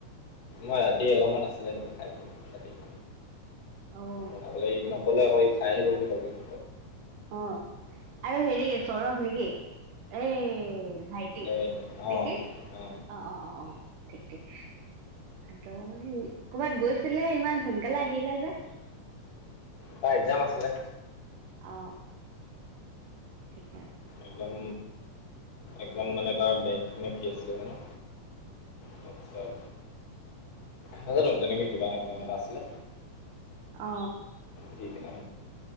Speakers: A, on the left; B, on the right.
A: মই ৰাতি অলপমান আছিলে স খাই ৰা
B: অঁ
A: বনাবলৈ ই নকলে আকৌ ই খাই আহিব বুলি ভাবিলো
B: অ আৰু হেৰি চৰস নেকি এই ভাইটি
A: এই অ
B: নেকি
A: অ
B: অ অ অ অ ঠিক ঠিক ত কৰ'বাত গৈছিলে ইমান সোনকালে আহিলে যে
A: ত এক্জাম আছিলে
B: অঁ ঠিকে আছে
A: একদম একজাম মানে তাৰ বেগ মে কি আছিলে জানো তাৰপিছত নাজানো তেনেকে কিবা এক্জাম এটা আছিলে
B: অ
A: দি কে নে